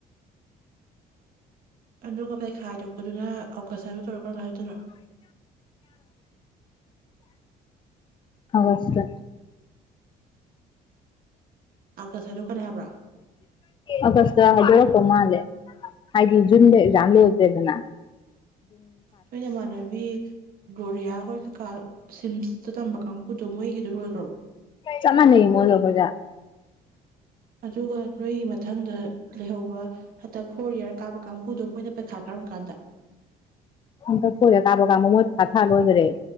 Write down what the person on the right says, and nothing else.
ꯑꯟꯗꯔ ꯀꯣꯄꯦ ꯈꯥꯏꯗ ꯄꯗꯨꯅ ꯀꯁꯥꯏꯔꯤꯕ ꯇꯔꯀ ꯐꯥꯏꯗꯅ
ꯑ ꯀꯁꯁꯨ ꯀꯅ ꯍꯥꯏꯕ꯭ꯔꯥ
ꯅꯣꯏ ꯅꯃꯥꯟꯅꯕꯤ ꯒ꯭ꯔꯣꯔꯤꯌꯥ ꯍꯣꯏ ꯀꯩꯀꯥꯗꯣ ꯁꯤꯝꯁꯇ ꯇꯝꯕ ꯀꯥꯡꯕꯨꯗꯣ ꯃꯣꯏꯒꯤꯗꯣ ꯔꯣꯏ
ꯑꯗꯨꯒ ꯅꯣꯏꯒꯤ ꯃꯊꯪꯗ ꯂꯩꯍꯧꯕ ꯍꯟꯗꯛ ꯐꯣꯔ ꯏꯌꯥꯔ ꯀꯥꯕ ꯀꯥꯡꯕꯨꯨꯗꯣ ꯃꯣꯏꯅ ꯄꯩꯈꯥ ꯀꯔꯝ ꯀꯥꯟꯗ꯫